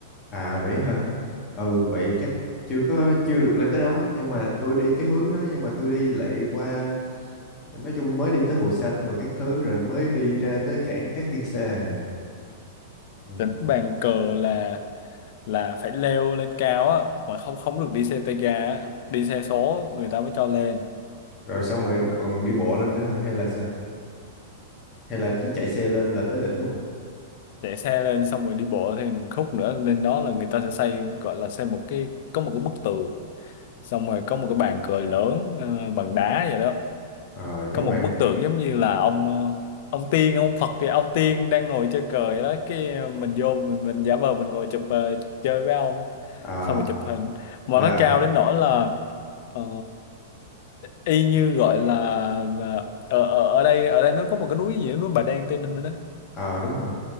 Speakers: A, on the left; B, on the left.
A: à vậy hả ừ vậy chắc chưa có chưa được lên tới đó nhưng mà tôi đi cái hướng đó nhưng mà tôi đi lại qua nói chung mới đi tới Hồ Xanh rồi các thứ rồi mới đi ra tới cảng Cát Tiên Sa ừ.
B: đánh bàn cờ là là phải leo lên cao á mà không không được đi xe tay ga á. đi xe số người ta mới cho lên
A: rồi xong rồi còn đi bộ lên nữa hả? hay là sao hay là chỉ chạy xe lên là tới đỉnh luôn
B: chạy xe lên xong rồi đi bộ thì khúc nữa lên đó là người ta sẽ xây gọi là xây một cái có một cái bức tường xong rồi có một cái bàn cờ lớn ờ, bằng đá vậy đó
A: Ờ,
B: có
A: giống
B: một
A: bạn
B: bức tượng giống như là ông ờ, ông tiên ông Phật kìa ông tiên đang ngồi chơi cờ vậy đó cái ờ, mình vô mình, mình giả vờ mình ngồi chụp ờ, chơi với ông
A: Ờ,
B: xong rồi chụp hình mà
A: là
B: nó cao đến nỗi là ờ, y như gọi là mà ở ở ở đây ở đây nó có một cái núi gì đó, núi Bà Đen Tây Ninh đó,
A: ờ, đúng rồi